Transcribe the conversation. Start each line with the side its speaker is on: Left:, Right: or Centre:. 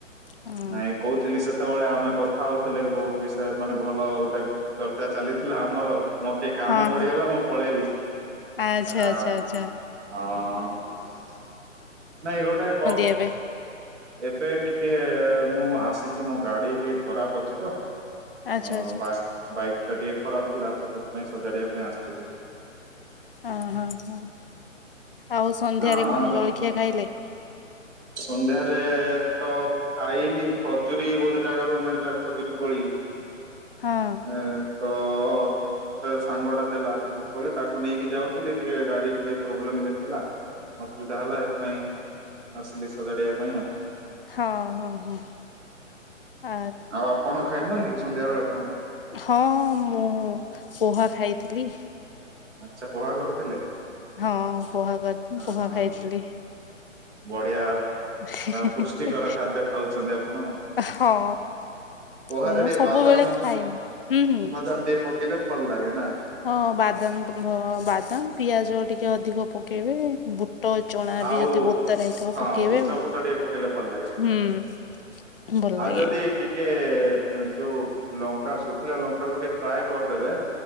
Left: ହଁ
Right: ନାଇଁ କଉ ଥିଲି ସେତେବେଳେ ଆମେ କଥା ହଉଥିଲେ ବହୁତ ବିଷୟ ମାନେ ଭଲ ଗୋଟେ ଚର୍ଚା ଚାଲିଥିଲା ଆମର ମୋ ଟିକେ କାମ
Left: ହଁ
Right: ପଡିଗଲା
Left: ହଁ
Right: ମୁଁ ପଳେଇଲି
Left: ଆଚ୍ଛା
Right: ହଁ
Left: ଆଚ୍ଛା ଆଚ୍ଛା
Right: ହଁ ନାଇଁ ଗୋଟା କହ
Left: କେବେ?
Right: ଏବେ ଟିକେ ମୁଁ ଆସିଛି ମୋ ଗାଡି ଟିକେ ଖରାପ ଅଛି ତ।
Left: ଆଚ୍ଛା
Right: ହଁ
Left: ଆଚ୍ଛା
Right: ବା ବାଇକ୍ ଟା ଟିକେ ଖରାପ ଥିଲା ତ ସେଥିପାଇଁ ସଜାଡିବା ପାଇଁ ଆସିଥିଲି।
Left: ଅଁ ହଁ ହଁ ଆଉ ସନ୍ଧ୍ୟାରେ
Right: ହଁ
Left: କଣ ଜଳଖିଆ ଖାଇଲେ?
Right: ସନ୍ଧ୍ୟାରେ ତ ଖାଇନି ଖଜୁରୀ ଗୋଟେ ଜାଗାରୁ ମିଳିଲା ଖଜୁରୀ କୋଳି
Left: ହଁ
Right: ଏଁ ତ ମୋର ଗୋଟେ ସାଙ୍ଗ ଟା ଦେଲା ଖଜୁରି କୋଳି ତାକୁ ନେଇକି ଯାଉଥିଲି ଟିକେ ଗାଡି ଟିକେ ପ୍ରୋବ୍ଲେମ ଦେଖେଇଲା। ଅସୁବିଧା ହେଲା ସେଥିପାଇଁ ଆସିଲି ସଜାଡିବା ପାଇଁ ଆଉ।
Left: ହଁ ହଁ ହଁ ଆ
Right: ଆଉ ଆପଣ ଖାଇନାହାଁନ୍ତି କି ସନ୍ଧ୍ୟାବେେଳେ କଣ?
Left: ହଁ ମୁଁ ପୋହା ଖାଇଥିଲି।
Right: ଆଚ୍ଛା ପୋହା କରିଥିଲେ।
Left: ହଁ ପୋହା କର ମୁଁ
Right: ଅହଁ
Left: ପହା ଖାଇଥିଲି।
Right: ବଢିଆ
Left: ହି ହି
Right: ପୃଷ୍ଟିକର
Left: ହି
Right: ଖାଦ୍ୟ ଖାଉଛନ୍ତି ଆପଣ।
Left: ହଁ
Right: ପୋହାରେ
Left: ମୁଁ
Right: ଟିକେ
Left: ସବୁବେଳେ
Right: ବାଦାମ
Left: ଖାଏନି ହୁଁ ହୁଁ।
Right: ବାଦାମ ଟିକେ ପକେଇଲେ ଭଲ ଲାଗେ ନା?
Left: ହଁ ବାଦାମ ପ ବାଦାମ ପିଆଜ ଟିକେ ଅଧିକ ପ ପକେଇବେ ବୁଟ ଚଣା
Right: ଆଉ
Left: ବି ଯଦି ବତାରା ହେଇଥିବ
Right: ହଁ
Left: ପକେଇବେ।
Right: ବୁଟ ଫୁଟ ଟିକେ ପକେଇଲେ ଭଲ ଲାଗେ।
Left: ହୁଁ ଭଲ
Right: ଆଉ
Left: ଲାଗେ
Right: ଯଦି ଟିକେ ଯୋଉ ଲଙ୍କା ଶୁଖିଲା ଲଙ୍କା କୁ ଟିକେ ଫ୍ରାଏ କରିଦେବେ